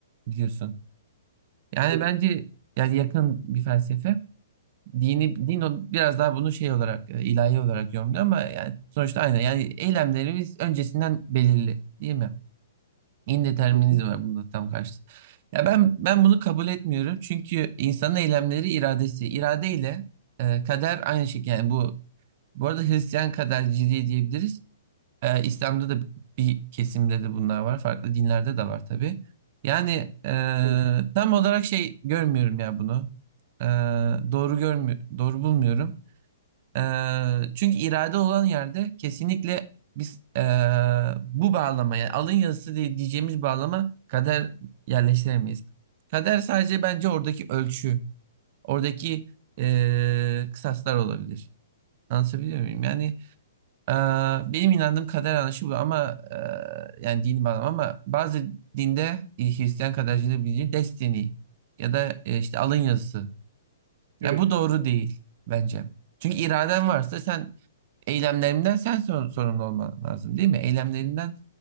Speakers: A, on the right (about 35°); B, on the right (about 60°).
A: biliyorsun. Yani
B: Evet.
A: bence yani yakın bir felsefe. Dini din o- biraz daha bunu şey olarak e, ilahi olarak yorumluyor ama yani sonuçta aynı. Yani eylemlerimiz öncesinden belirli, değil mi? İndeterminizm
B: Hı hı.
A: var bunda tam karşı. Ya ben ben bunu kabul etmiyorum. Çünkü insanın eylemleri iradesi. İradeyle e, kader aynı şekilde. Yani bu bu arada Hristiyan kaderciliği diyebiliriz. E, İslam'da da bir kesimde de bunlar var. Farklı dinlerde de var tabii. Yani e,
B: E, Tabii.
A: tam olarak şey görmüyorum ya bunu. E, doğru görmü doğru bulmuyorum. Eee, çünkü irade olan yerde kesinlikle biz eee, bu bağlama yani alın yazısı diye diyeceğimiz bağlama kader yerleştiremeyiz. Kader sadece bence oradaki ölçü, oradaki eee, kısaslar olabilir. Anlatabiliyor muyum? Yani eee, benim inandığım kader anlayışı bu ama eee, yani dini bağlam ama bazı dinde e, Hristiyan kadercilerin bildiği destiny ya da e, işte alın yazısı ya
B: Evet.
A: bu doğru değil bence. Çünkü iraden varsa sen eylemlerinden sen sor- sorumlu olman lazım değil mi? Eylemlerinden